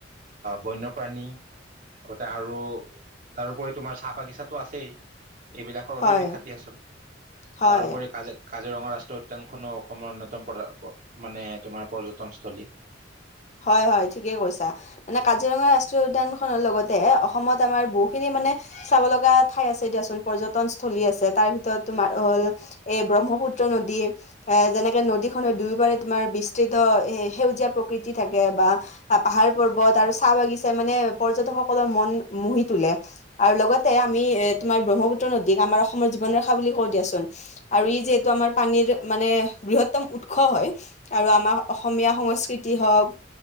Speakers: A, on the right; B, on the left.
A: বন্যপ্ৰাণী তাতে আৰু তাৰোপৰি তোমাৰ চাহ বাগিচাতটো আছেই। এইবিলাকৰ বাবে
B: হয়
A: বিখ্যাত দিয়াচোন,
B: হয়
A: তাৰ উপৰি কাজিৰঙা কাজিৰঙা ৰাষ্ট্ৰীয় উদ্যানখনো অসমৰ অন্যতম প মানে তোমাৰ পৰ্যটনস্থলী।
B: হয় হয় ঠিকেই কৈছা মানে কাজিৰঙা ৰাষ্ট্ৰীয় উদ্যান খনৰ লগতে অসমত আমাৰ বহুখিনি মানে চাব লগা ঠাই আছে দিয়াচোন পৰ্যটনস্থলী আছে তাৰ ভিতৰত তোমাৰ হ'ল এই ব্ৰহ্ম পুত্ৰ নদী এ যেনেকে নদী খনৰ দুয়োপাৰে তোমাৰ বিস্তৃত এ সেউজীয়া প্ৰকৃতি থাকে বা পাহাৰ পৰ্বত আৰু চাহ বাগিচা মানে পৰ্যটকসকলৰ মন মুহি তোলে আৰু লগতে আমি এ তোমাৰ ব্ৰহ্মপুত্ৰ নদীক আমাৰ অসমৰ জীৱন ৰেখা বুলি কওঁ দিয়াচোন আৰু ই যিহেতু আমাৰ পানীৰ মানে বৃহত্তম উৎস হয় আৰু আমাৰ অসমীয়া সংস্কৃতি তি হওক